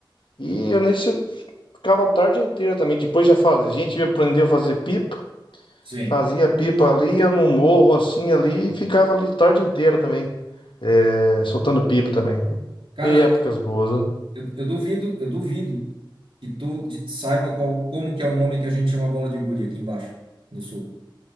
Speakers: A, on the left; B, on the right.
A: e eu nisso ficava a tarde inteira também. Depois já fazia, a gente aprendeu a fazer pipa.
B: Sim.
A: Fazia
B: Sim.
A: pipa ali, ia num morro assim ali e ficava ali tarde inteira também, é, soltando pipa também.
B: Cara,
A: E épocas boas, né?
B: Eu, eu duvido, eu duvido que tu de- saiba qual, como que é o nome que a gente chama bola de gude aqui embaixo, no sul.